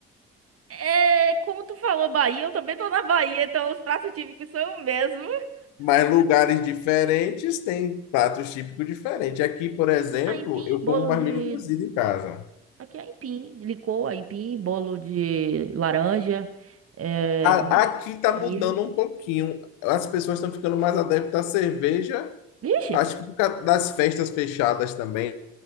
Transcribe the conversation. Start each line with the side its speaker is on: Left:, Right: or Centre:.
Right: É, como tu falou, Bahia, eu também tô na Bahia, então os pratos típicos são o mesmo.
Left: Mas lugares diferentes têm pratos típicos diferentes. Aqui, por exemplo,
Right: Aipim,
Left: eu
Right: bolo
Left: como mais
Right: de.
Left: milho cozido em casa.
Right: Aqui é aipim, de licor, aipim, bolo de laranja, é,
Left: A-
Right: mi-
Left: Aqui tá
Right: milho.
Left: mudando um pouquinho. As pessoas estão ficando mais adeptas à cerveja.
Right: Vixe,
Left: Acho que por causa das festas fechadas também.